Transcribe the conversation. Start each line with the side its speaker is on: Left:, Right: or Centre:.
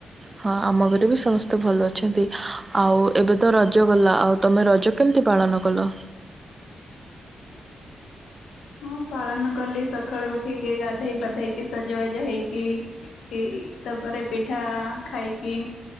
Right: ହଁ, ଆମ ଘରେ ବି ସମସ୍ତେ ଭଲ ଅଛନ୍ତି। ଆଉ ଏବେ ତ ରଜ ଗଲା ଆଉ ତମେ ରଜ କେମିତି ପାଳନ କଲ?
Left: ହଁ, ପାଳନ କଲି ସକାଳୁ ଉଠିକି ଗାଧେଇ ପାଧେଇକି ସଜବାଜ ହେଇକି କି ତାପରେ ପିଠା ଖାଇକି